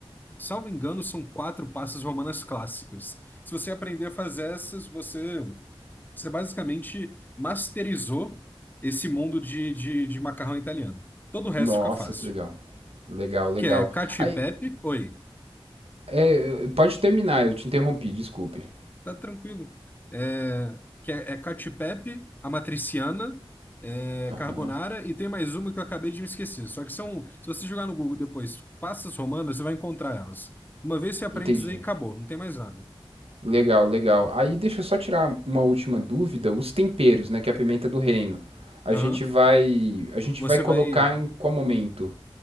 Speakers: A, on the left; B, on the right.
A: salvo engano, são quatro pastas romanas clássicas. Se você aprender a fazer essas, você, você basicamente masterizou esse mundo de, de, de macarrão italiano. Todo o resto
B: Nossa,
A: fica fácil.
B: que legal. Legal, legal.
A: Que é cacio
B: Aí,
A: e pepe. Oi.
B: eh, pode terminar, eu te interrompi, desculpe.
A: Tá tranquilo. É, que é, é Cacio e Pepe, a matriciana, é,
B: Aham,
A: carbonara e tem mais uma que eu acabei de me esquecer. Só que são, se você jogar no Google depois, passas romanas, você vai encontrar elas. Uma vez você aprende
B: Entendi.
A: isso aí, acabou, não tem mais nada.
B: Legal, legal. Aí deixa eu só tirar uma última dúvida, os temperos, né, que é a pimenta do reino. A
A: Aham.
B: gente vai, a gente
A: Você
B: vai colocar
A: vai
B: em qual momento?